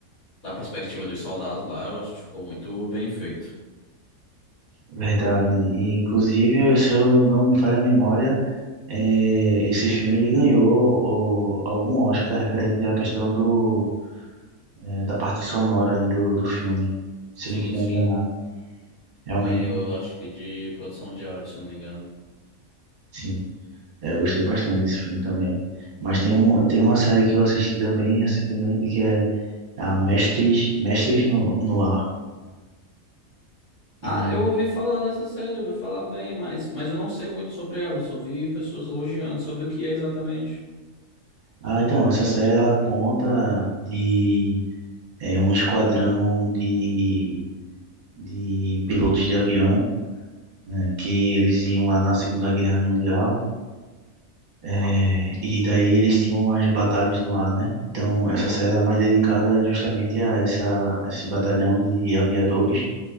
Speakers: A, on the left; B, on the right.
A: da perspectiva dos soldados lá, eu acho que ficou muito bem feito.
B: Verdade. E, inclusive, se eu não me falha a memória, eh, esse filme ele ganhou o- algum Oscar referente à questão do, eh, da parte sonora aí do, do filme. Se
A: Sim,
B: eu não tiver
A: sim.
B: enganado. Realmente,
A: Ganhou, eu acho que de produção de áudio, se eu não me engano.
B: sim. É, Eu gostei bastante desse filme também. Mas tem um, tem uma série que eu assisti também recentemente que é a Mestres, Mestres no, no Ar. E,
A: Ah, eu ouvi falar dessa série, ouvi falar bem, mas, mas eu não sei muito sobre ela, eu só ouvi pessoas elogiando sobre o que é exatamente.
B: ah, então, essa série ela conta de é, um esquadrão de, de pilotos de avião, né, que eles iam lá na Segunda Guerra Mundial. é, e daí eles tinham as batalhas no ar, né? Então, essa série é mais dedicada justamente a essa, esse batalhão de aviadores